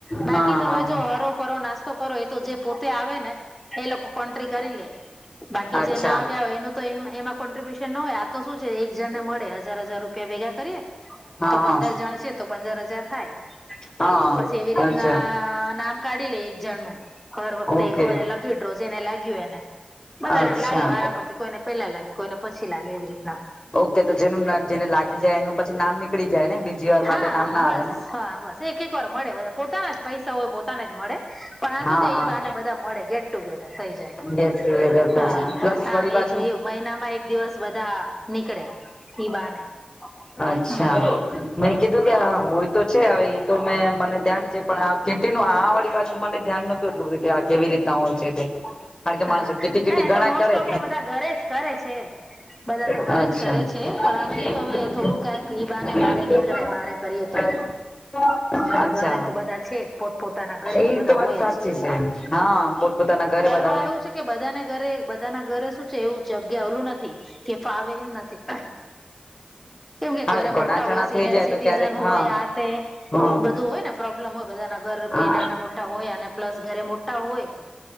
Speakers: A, in the centre; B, on the left (about 30°).
A: બાકી
B: હા
A: તમે
B: હા
A: જો હરો ફરો નાસ્તો કરો એ તો જે પોતે આવે ને એ લોકો કોન્ટક ક્રિકારલે બાકી
B: અચ્છા
A: જે ના આવ્યા હોય એનું તો એમાં કોન્ટ્રિબ્યુશન ના હોય આ તો શું છે એક જણ ને મળે હજાર હજાર રૂપિયા ભેગા કરીએ
B: હા
A: તો પંદર
B: હા
A: જણ છે તો પંદર હજાર થાય
B: હા
A: પછી એવી રીતના
B: અચ્છા
A: નામ કાઢી લે એક જણનુંું હર વખતે
B: ઓકે
A: એને લખીડો જેને લાગ્યું એને બધાને
B: અચ્છા
A: લાગે વારાફરથી કોઈને પેલા લાગે કોઈને પછી લાગે એવી રીતના
B: ઓકે તો જેનું જેને લાગી જાય એનું પછી નામ નીકળી જાય ને બીજી વાર
A: હા
B: માટે નામ ના
A: બસ
B: આવે ને
A: હા બસ એક એક વાર મળે બધા પોતાના જ પૈસા હોય પોતાના જ મળે પણ આ શું
B: હા
A: છે
B: હા
A: એ બને બધા મળે ગેટ ટુગેધર થઈ જાય
B: ગેસ વેધર
A: હા
B: તો પ્લસ
A: આમ
B: વળી પાછું
A: એક મહિનામાં એક દિવસ બધા નીકળે ઈ બાને
B: અચ્છા
A: હમ્મ
B: મેં કીધું કે હોય તો છે હવે એ તો મેં મને ધ્યાન છે પણ આ ખેતી નું આ વાળી પાછું મને ધ્યાન નહતું એટલું બધું કે આ કેવી રીતના હોય છે તે કારણ કે
A: હા
B: માણસો કેટી
A: ના
B: કેટી
A: એ
B: ઘણા
A: તો મોસ્ટ
B: કરે
A: ઓફ તો બધા ઘરે જ કરે છે બધા તો
B: અચ્છા.
A: ઘરે જ કરે છે
B: <unintelligible>
A: પણ અમે કીધું હવે થોડું ક્યાંક ઈ બાને બારે નીકળે બારે કરીએ તો
B: અચ્છા
A: ઘરે તો બધા છે જ પોતપ પોતાના ઘરે
B: એ
A: તો બધા
B: વાત
A: હોય
B: સાચી
A: જ
B: છે હા પોતપોતાના ઘરે બધા
A: વા એવું છે કે બધાને ઘરે બધા ના ઘરે શું છે એવું જગ્યા ઓલું નથી કે ફાવે એમ નથી કેમ કે
B: હા
A: ઘરે
B: ઘણા
A: મોટા
B: જણા
A: હોય સિનિયર
B: થઈ જાય
A: સિટીઝન
B: તો ક્યારેક
A: હોય
B: હા
A: આ તે
B: હા
A: બધું હોય ને પ્રોબ્લેમ હોય બધાના ઘર રભી
B: હા
A: નાના મોટા હોય અને પ્લસ ઘરે મોટા હોય